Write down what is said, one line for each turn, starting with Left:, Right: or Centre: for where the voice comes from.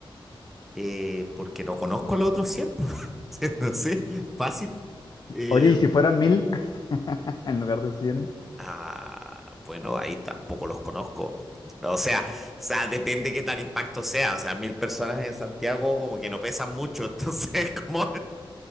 Centre: eh, porque no conozco a los otros 100. <laughs> No sé, fácil. Eh,
Left: Oye, ¿y si fueran mil <laughs> en lugar de cien?
Centre: Ah, bueno, ahí tampoco los conozco. O sea, o sea, depende qué tan impacto sea. O sea, mil personas en Santiago como que no pesan mucho, entonces <laughs> como